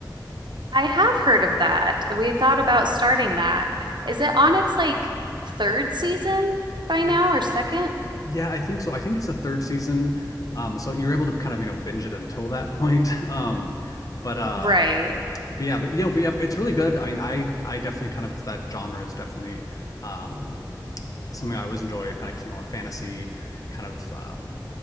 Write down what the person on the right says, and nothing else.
I have heard of that. We thought about starting that. Is it on its like third season by now
or 2nd
Right.